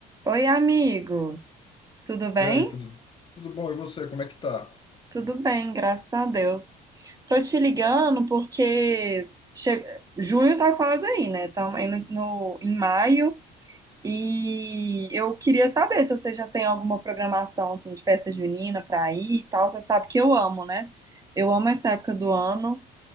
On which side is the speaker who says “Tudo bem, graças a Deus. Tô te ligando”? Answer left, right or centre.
Right